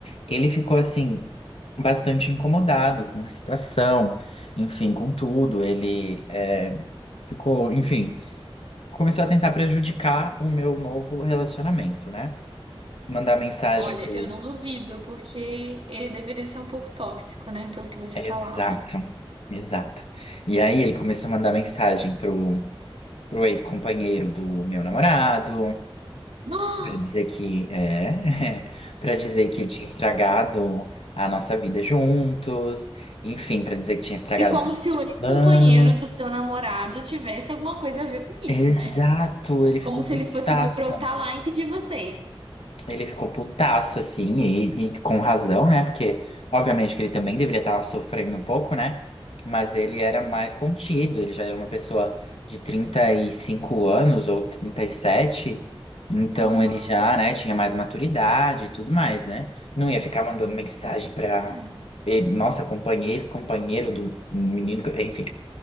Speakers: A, on the left; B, on the right.
A: ele ficou assim, bastante incomodado com a situação, enfim, com tudo. Ele eh, ficou, enfim, começou a tentar prejudicar o meu novo relacionamento, né? Mandar mensagem
B: Olha,
A: pro.
B: eu não duvido, porque ele deveria ser um pouco tóxico, né? Pelo que você
A: Exato,
B: falava. <gasps>
A: exato. E aí ele começou a mandar mensagem pro, pro ex-companheiro do meu namorado.
B: Ah!
A: Pra dizer que é, <laughs> para dizer que tinha estragado a nossa vida juntos, enfim, pra dizer que tinha estragado
B: E como
A: os nossos
B: se o ex-companheiro
A: planos.
B: do seu namorado tivesse alguma coisa a ver com isso,
A: Exato,
B: né?
A: ele ficou
B: Como se
A: putaço.
B: ele fosse brotar lá e impedir vocês.
A: Ele ficou putaço, assim, e, e com razão, né? Porque, obviamente, que ele também deveria estar sofrendo um pouco, né? Mas ele era mais contido, ele já era uma pessoa de 35 anos ou trinta e sete então
B: Aham.
A: ele já, né, tinha mais maturidade e tudo mais, né? Não ia ficar mandando mensagem pra.
B: É.
A: eh, Nossa, companheiro, ex-companheiro do menino, que- enfim.